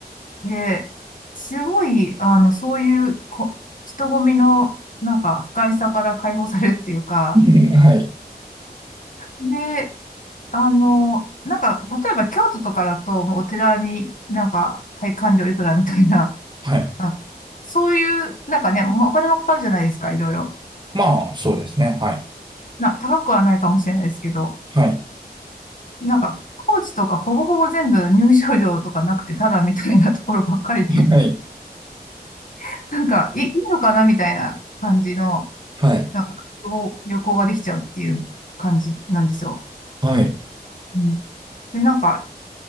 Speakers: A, on the left; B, on the right.
A: で、すごい、あの、そういうこ、人混みの、なんか、不快さから解放されるっていうか、
B: <laughs> んはい。
A: で、あの、なんか、例えば京都とかだと、もうお寺になんか、はい、官料いくらみたいな、
B: はい。
A: <laughs> あ、そういう、なんかね、もうお金もかかるじゃないですか、いろいろ。
B: まあ、そうですね。はい。
A: まあ、高くはないかもしれないですけど、
B: はい。
A: なんか、高知とかほぼほぼ全部入場料とかなくて、ただみたいなところばっかりで、
B: はい。
A: <laughs> なんか、いいいのかなみたいな感じの、
B: はい。
A: なんか、旅行旅行ができちゃうっていう感じなんですよ。
B: はい。
A: うん、で、なんか、